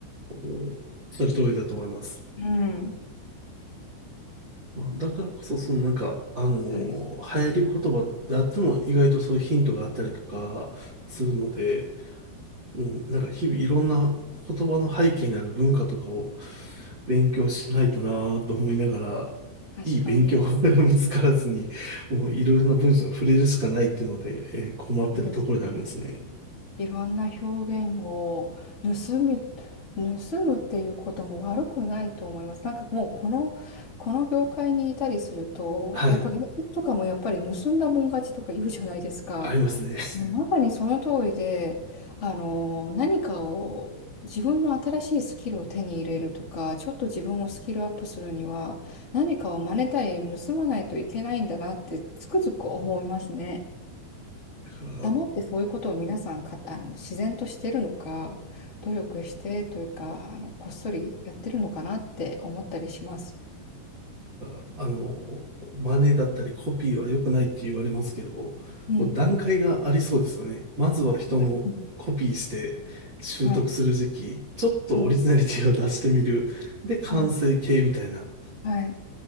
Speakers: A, on the right; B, on the left.
A: おっしゃる通りだと思います。
B: うん。
A: まあ、だからこそ、そのなんか、あの
B: はい。
A: ー流行り言葉であっても意外とそういうヒントがあったりとかするので、もうなんか日々いろんな言葉の背景にある文化とかを勉強しないとなぁと思いながら、
B: 確かに。
A: いい勉強法が見つからずに、<laughs> もういろいろな文章に触れるしかないっていうので、えー困ってるところでありますね。
B: そうですね。いろんな表現を盗み、盗むっていうことも悪くないと思います。なんかもうこの、この業界にいたりすると、
A: はい。
B: やっぱ芸人とかもやっぱり盗んだもん勝ちとか言うじゃないですか。
A: ありますね。<laughs> だ
B: まさにその通りで、あの、何かを自分の新しいスキルを手に入れるとか、ちょっと自分をスキルアップするには、何かを真似たり盗まないといけないんだなってつくづく思いますね。
A: から、
B: 黙ってそういうことを皆さんか、あの、自然としてるのか、努力してというか、あの、こっそりやってるのかなって思ったりします。
A: ああの、真似だったりコピーは良くないって言われますけど、こう段階がありそうですよね。
B: うん。
A: まずは人のコピーして習得する時期、
B: はい。うんはい。
A: ちょっとオリジナリティを出してみる。
B: そうですね。
A: で、完成形みたいな。
B: そう。はい。